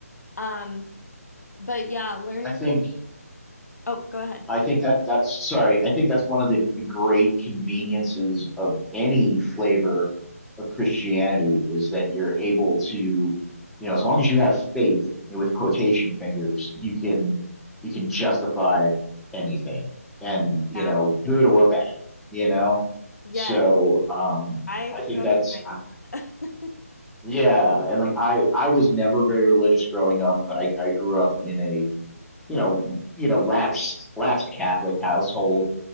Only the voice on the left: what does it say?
Um, but yeah, learning.
Oh, go ahead.
Exactly.
Yes,
I
grew
up
doing
that. <laughs>